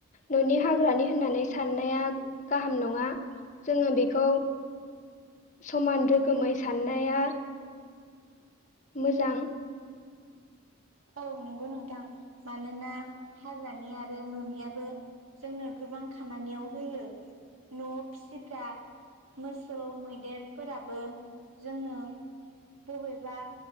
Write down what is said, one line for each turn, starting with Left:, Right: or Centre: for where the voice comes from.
Left: न'नि हाग्रानि होननानै साननाया गाहाम नङा जोङो बेखौ समान रोखोमै साननाया मोजां
Right: औ नंगौ नोंथां मानोना हाग्रानि आरो न'नियाबो जोंनो गोबां खामानियाव होयो न' फिसिग्रा मोसौ मैदेरफोराबो जोंनो बबेबा